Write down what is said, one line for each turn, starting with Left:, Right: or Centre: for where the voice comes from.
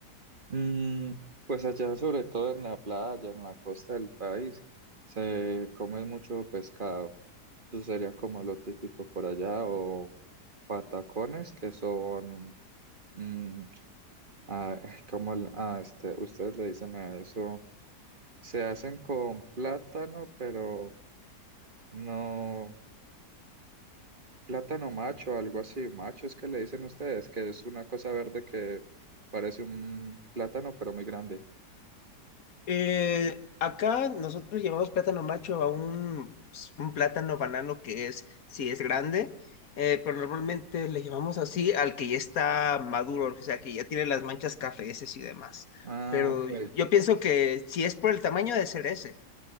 Right: Mm, pues allá, sobre todo en la playa, en la costa del país, se come mucho pescado. Eso sería como lo típico por allá, o patacones, que son, mm, ah, <laughs> eh, como el- ah, este, ustedes le dicen a eso, se hacen con plátano, pero no, plátano macho, algo así, macho es que le dicen ustedes, que es una cosa verde que parece un plátano, pero muy grande.
Left: Eh, acá nosotros llevamos plátano macho a un, pues, un plátano banano que es, sí es grande, eh, pero normalmente le llevamos así al que ya está maduro, o sea, que ya tiene las manchas cafeces y demás.
Right: Ah,
Left: Pero
Right: ok.
Left: yo pienso que si es por el tamaño de ser ese,